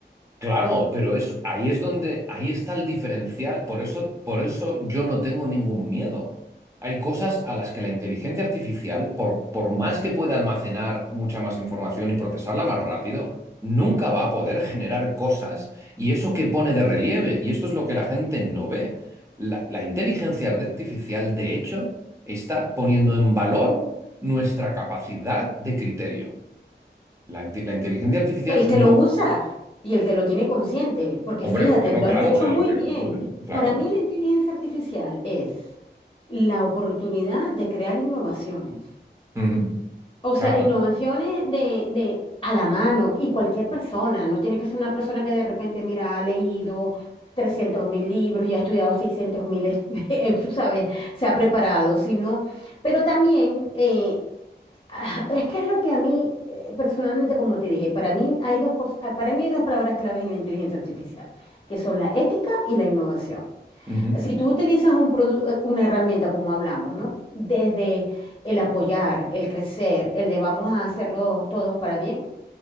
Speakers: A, on the right (about 15°); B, on the left (about 30°).
A: Claro, pero es, ahí es donde, ahí está el diferencial. Por eso, por eso yo no tengo ningún miedo. Hay cosas a las que la inteligencia artificial, por, por más que pueda almacenar mucha más información y procesarla más rápido, nunca va a poder generar cosas y eso que pone de relieve. Y esto es lo que la gente no ve. La, la inteligencia artificial, de hecho, está poniendo en valor nuestra capacidad de criterio. La, inte- la inteligencia artificial
B: El que
A: no
B: lo usa y el que lo tiene consciente, porque
A: Hombre,
B: fíjate,
A: bueno,
B: lo
A: claro,
B: has dicho
A: el
B: muy
A: que,
B: bien.
A: claro,
B: Para mí la inteligencia artificial es la oportunidad de crear innovaciones.
A: ujú,
B: O
A: claro,
B: sea, innovaciones de, de a la mano y cualquier persona, no tiene que ser una persona que de repente, mira, ha leído trescientos mil libros y ha estudiado seiscientos mil, <laughs> tú sabes, se ha preparado, sino, pero también... eh, Ah, Es que es lo que a mí, eh, personalmente, como te dije, para mí hay dos cos- ah, para mí hay dos palabras claves en la inteligencia artificial, que son la ética y la innovación.
A: ujú,
B: Si tú utilizas un produ- eh, una herramienta, como hablamos, ¿no? Desde el apoyar, el crecer, el de vamos a hacerlo todos para bien,